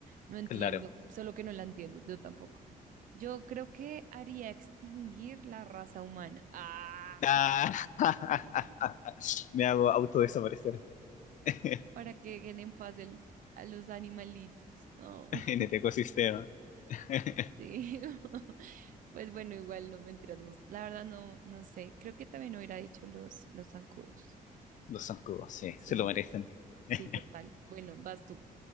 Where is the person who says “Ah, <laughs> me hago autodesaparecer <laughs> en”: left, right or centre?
Left